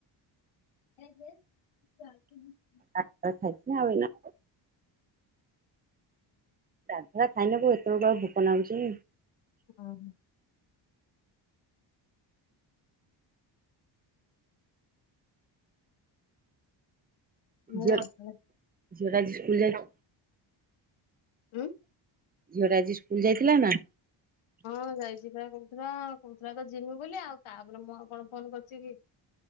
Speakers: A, on the left (about 85°); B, on the right (about 20°).
A: <unintelligible>
B: ଆଠ <unintelligible> ଆଉ ଏଇନା। ଗାଧେଇବା <unintelligible> ଏତେବେଳକୁ ଆଉ ଭୋକ ନାଗୁଚି।
A: ହଁ। ମୁଁ
B: ଝିଅ
A: ଏଇ ଗାଧୁଆବେଳେ
B: ଝିଅଟା ଆଜି ସ୍କୁଲ ଯାଇ
A: ହୁଁ।
B: ଝିଅ ଟା ଆଜି ସ୍କୁଲ ଯାଇଥିଲା ନା?
A: ହଁ ଯାଇଛି ବା କହୁଥିଲା। କହୁଥିଲା ତ ଯିମି ବୋଲି ଆଉ ତାପରେ ମୁଁ ଆଉ କଣ ଫୋନ କରିଛି କି?